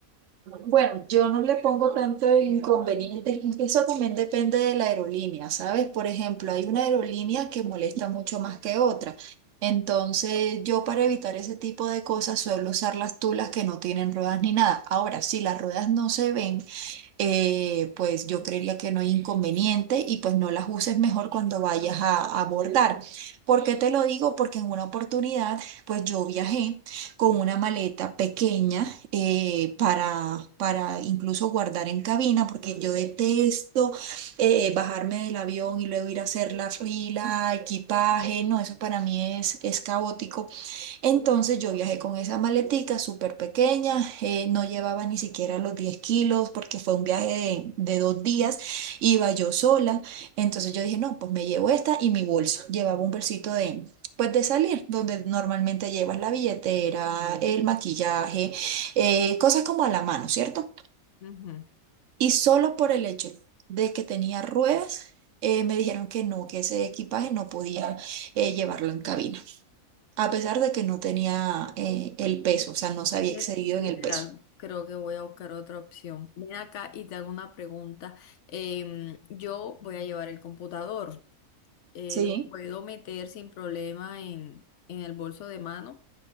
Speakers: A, on the right (about 70°); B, on the left (about 65°).
A: Bueno, yo no le pongo tanto inconveniente, es que eso también depende de la aerolínea, ¿sabes? Por ejemplo, hay una aerolínea que molesta mucho más que otra. Entonces, yo para evitar ese tipo de cosas suelo usar las tulas que no tienen ruedas ni nada. Ahora, si las ruedas no se ven, eh, pues yo creería que no hay inconveniente y pues no las uses mejor cuando vayas a, a abordar. ¿Por qué te lo digo? Porque en una oportunidad, pues yo viajé con una maleta pequeña eh, para, para incluso guardar en cabina, porque yo detesto eh, bajarme del avión y luego ir a hacer la fila, equipaje, no, eso para mí es, es caótico entonces yo viajé con esa maletica súper pequeña, eh, no llevaba ni siquiera los 10 kilos porque fue un viaje de, de dos días, iba yo sola, entonces yo dije, no, pues me llevo esta y mi bolso, llevaba un bolsito de, pues de salir, donde normalmente llevas la billetera, el maquillaje, eh, cosas como a la mano, ¿cierto?
B: Ujú.
A: Y solo por el hecho de que tenía ruedas, eh, me dijeron que no, que ese equipaje no podía eh, llevarlo en cabina a pesar de que no tenía eh, el peso, o sea, no se
B: Entonces,
A: había excedido
B: literal,
A: en el peso.
B: creo que voy a buscar otra opción. Ven acá y te hago una pregunta. Em, yo voy a llevar el computador. Eh,
A: Sí.
B: ¿lo puedo meter sin problema en, en el bolso de mano?